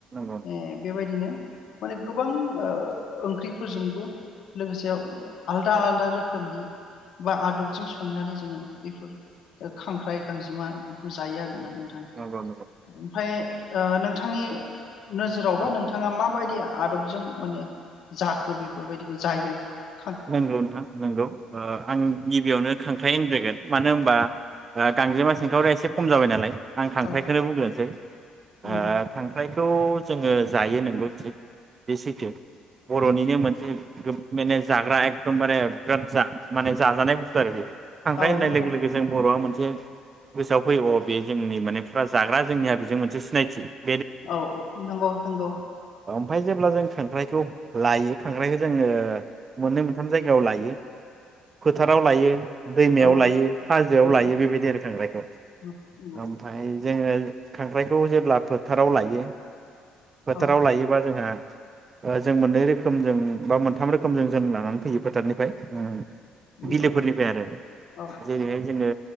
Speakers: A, on the right (about 35°); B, on the left (about 65°).
A: नोंथां
B: ए बेबायदिनो माने गोबां ओ ओंख्रिफोरजोंबो लोगोसे आलदा आलदा रोखोमनि बा आदबजों संनानै जोङो बेफोर ओ खांख्राइ गांजिमा बेखौ जायो आरो। ना नोंथां
A: नंगौ नंगौ
B: ओमफाय ओ नोंथांनि नोजोरावबा
A: औ
B: नोंथाङा माबायदिया आदबजों माने जाखो बेफोरबायदिखो जायो ।
A: नोंगौ नोंथां नोंगौ, ओ आं गिबियावनो खांख्राइ होनग्रोगोन मानो होनबा ओ गांजेमा सेंखावरिया एसे खम जाबाय नालाय । आं खांख्राइखोनो
B: औ
A: बुंग्रोनोसै
B: नंगौ
A: ओ खांख्राइखौ जोङो जायो नोंगौ थिग बे सैथो बर'निनो मोनसे मेने जाग्रा एखदमबारे बिराद जा माने जाजानाय बुस्थु आरो बियो । थांनाय
B: औ
A: होननाय
B: नंगौ
A: लोगो-लोगो जों बर'आ मोनस जे गोसोआव फैगौ बे जोंनि माने फुरा जाग्रा जोंनिया बेजों मोनसे सिनायथि ।
B: औ नंगौ-नंगौ ।
A: ओमफाय जेब्ला जों खांख्राइखौ लायो खांख्राइखौ जोङो मोननै मोनथाम जायगायाव लायो फोथाराव लायो । दैमायाव
B: औ
A: लायो हाजोआव
B: नंगौ
A: लायो बेबायदि आरो खांख्राइयखौ
B: नंगौ
A: ओमफाय जोङो खांख्राइखौ जेब्ला फोथाराव लायो । फोथाराव
B: औ
A: लायोबा जोंहा ओ जों मोननै रोखोमजों बा मोनथाम रोख खोमजों जों लानानै फैयो फोथारनिफ्राय ओं
B: नंगौ
A: बिलोफोरनिफाय आरो
B: औ
A: जेरैहाय जोङो